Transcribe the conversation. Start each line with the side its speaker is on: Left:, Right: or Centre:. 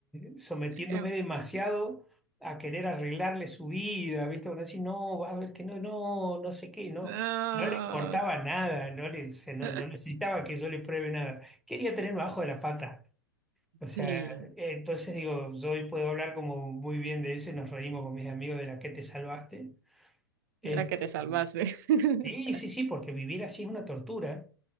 Centre: de- sometiéndome
Right: <laughs>
Centre: demasiado a querer arreglarle su vida, ¿viste? Bueno, así, no, vas a ver que no, no, no sé qué, no.
Right: No.
Centre: No le importaba nada, no, le, se-
Right: <laughs>
Centre: no, no necesitaba que yo le pruebe nada. Quería tenerme abajo de la pata. O sea,
Right: Sí,
Centre: eh, entonces digo, yo hoy puedo hablar como muy bien de eso y nos reímos con mis amigos de la que te salvaste. Este,
Right: mira que te salvaste. <laughs>
Centre: sí, sí, sí, porque vivir así es una tortura.